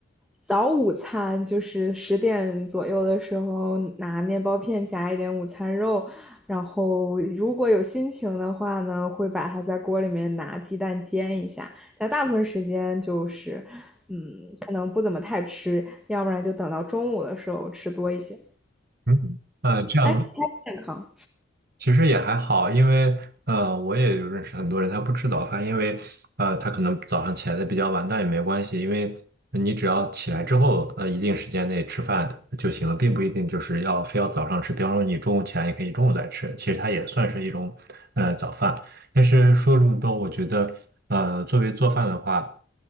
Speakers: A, in the centre; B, on the right.
A: 早午餐，就是十点左右的时候拿面包片夹一点午餐肉，然后如果有心情的话呢，会把它在锅里面拿鸡蛋煎一下。但大部分时间就是，嗯，可能不怎么太吃，要不然就等到中午的时候吃多一些。
B: 嗯，呃，这样
A: 但是它健康，
B: 其实也还好，因为呃，我也有认识很多人，他不吃早饭，因为呃，他可能早上起来的比较晚，但也没关系，因为你只要起来之后，呃，一定时间内吃饭就行了，并不一定就是要非要早上吃。比方说你中午起来也可以中午再吃，其实它也算是一种呃早饭。但是说这么多，我觉得，呃，作为做饭的话，